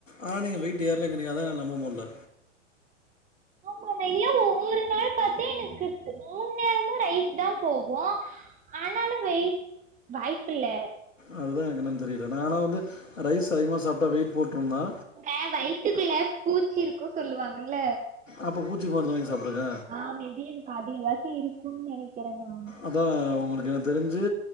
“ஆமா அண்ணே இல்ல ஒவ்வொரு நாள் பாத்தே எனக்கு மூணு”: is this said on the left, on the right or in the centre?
Right